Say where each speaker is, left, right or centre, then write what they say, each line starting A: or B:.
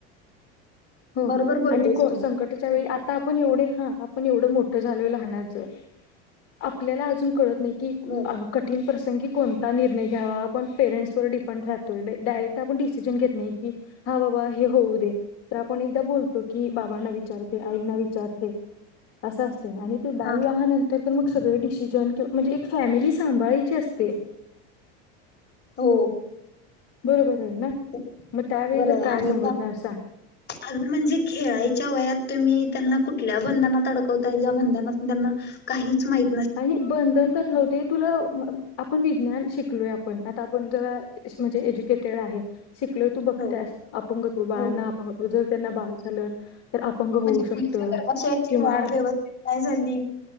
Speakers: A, on the left (about 50°); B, on the left (about 30°).
A: हो
B: बरोबर बोलतेस
A: आणि
B: तू
A: संकटच्या वेळी आता पण एवढे हा आपण एवढं मोठं झालो लहानाचं आपल्याला अजून कळतं नाही कि कठीण
B: बर
A: प्रसं कठीण प्रसंगी कोणता निर्णय घ्यावा आपण पेरेंट्स वर डिपेंड राहतो डायरेक्ट आपण डिसिजन घेत नाही की हा बाबा हे होऊ दे तर आपण एकदा बोलतो की बाबांना विचारते आईना विचारते असं असत आणि ते बालविवाह
B: हा
A: नंतर तर मग सगळे डिशिज जण म्हणजे एक फॅमिली सांभाळायची असते
B: हो
A: बरोबर आहे ना
B: बरोबर
A: मग त्यावेळी तर
B: आहे
A: काय
B: आणि
A: समजणार
B: त्यात
A: सांग
B: अगं म्हणजे खेळायच्या वयात तुम्ही त्यांना कुठल्या बंधनात अडकवत्याय ज्या बंधनातील त्यांना काहीच माहि
A: आणि बंधन तर राहुदे तुला आपण विज्ञान शिकलोय आपण आता पण जर असे म्हणजे एजुकेट तेच आहे शिकलोय तू बघतियासं
B: हो
A: आपणंगत बाळानां
B: हो
A: आपणंग जर त्यांना बाळ झालं तर अपंग होऊ
B: म्हणजे
A: शकत
B: मुलीच्या गर्भाशयाची
A: किंवा
B: वाढ व्यवस्थित नाही झाली